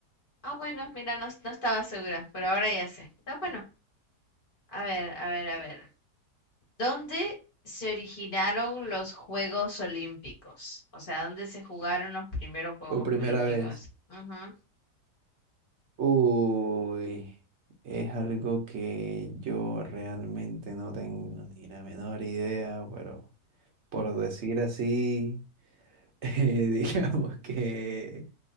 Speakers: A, on the left (about 35°); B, on the right (about 50°).
A: Ah, bueno, mira, no, no estaba segura, pero ahora ya sé. Está bueno. A ver, a ver, a ver. ¿Dónde se originaron los Juegos Olímpicos? O sea, ¿dónde se jugaron los primeros Juegos
B: Por primera
A: Olímpicos?
B: vez.
A: Ujú.
B: Uy, es algo que yo realmente no tengo ni la menor idea, pero por decir así, <laughs> eh, digamos que